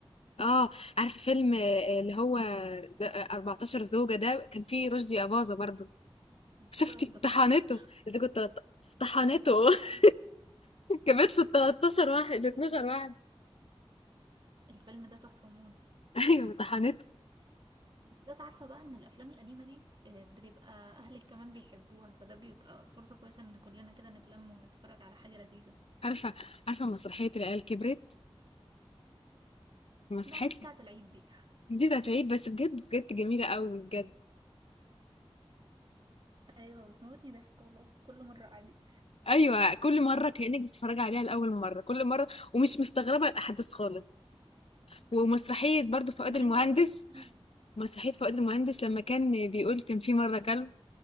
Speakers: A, on the left (about 75°); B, on the right (about 50°).
A: اه عارفه فيلم آه، اللي هو ز- آه، 14 زوجة ده كان فيه رشدي أباظة برضو
B: الزوجة
A: <laughs> شفتي
B: ب 13
A: طحنته زوجة طلعت- طحنته
B: ايوه
A: <laughs> جابت له 13 واحد
B: الفيلم
A: 12
B: ده
A: واحد
B: الفيلم ده تحفة موت
A: <laughs> ايوه طحنته
B: بالذات عارفة بقى ان الافلام القديمة دي آه، بتبقى اهلك كمان بيحبوها فده بيبقى فرصة كويسة ان كلنا كده نتلم ونتفرج على حاجة لذيذة
A: عارفه عارفه مسرحيه العيال كبرت مسرحيتها
B: لا دي بتاعة العيد دي
A: دي هتعيد بس بجد بجد جميله قوي بجد
B: <laughs> ايوه بتموتني ضحك والله كل مرة عادي
A: ايوه كل مره كانك بتتفرجي عليها لاول مره كل مره ومش مستغربه الاحداث خالص ومسرحيه برضو فؤاد
B: مع
A: المهندس
B: ان والله <laughs>
A: مسرحيه فؤاد المهندس لما كان بيقول كان في مره كلب